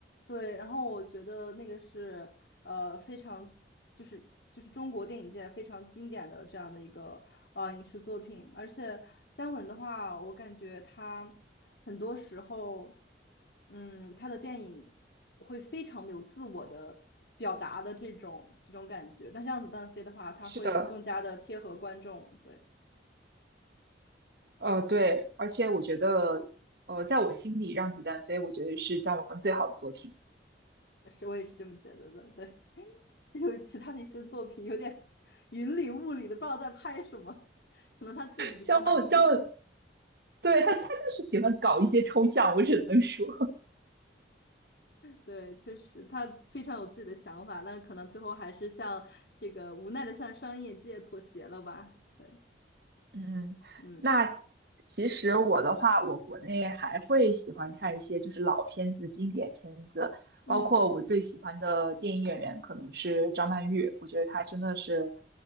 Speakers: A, on the left; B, on the right.
A: 对，然后我觉得那个是呃非常就是就是中国电影界非常经典的这样的一个呃影视作品，而且姜文的话，我感觉他很多时候，嗯，他的电影会非常有自我的表达的这种这种感觉，但是《让子弹飞》的话，他会更加的贴合观众，
B: 是的，
A: 对，
B: 呃，对，而且我觉得，呃，在我心里，《让子弹飞》我觉得是姜文最好的作品。
A: 是我也是这么觉得的，对。有其他的一些作品有点云里雾里的，不知道在拍什么，可能他自己比较满意。
B: 姜文，姜文，对，
A: 对
B: 他他就是喜欢搞一些抽象，我只能说。
A: 对，确实他非常有自己的想法，但可能最后还是向这个无奈的向商业界妥协了吧？对，
B: 嗯，
A: 嗯
B: 那其实我的话，我国内还会喜欢看一些就是老片子、经典片子，
A: 嗯
B: 包括我最喜欢的电影演员可能是张曼玉，我觉得她真的是